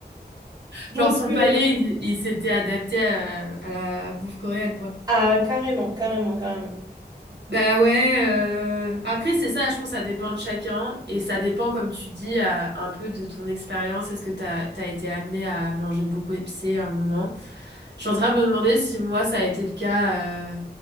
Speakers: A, on the right; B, on the right.
A: Donc,
B: Genre, son
A: euh,
B: palais, il, il s'était adapté à, à la bouffe coréenne, quoi.
A: ah, carrément, carrément, carrément.
B: Bah ouais, euh, après c'est ça, je pense que ça dépend de chacun et ça dépend comme tu dis à- un peu de ton expérience, est-ce que t'as, t'as été amené à manger beaucoup épicé à un moment? Je suis en train de me demander si moi ça a été le cas euh,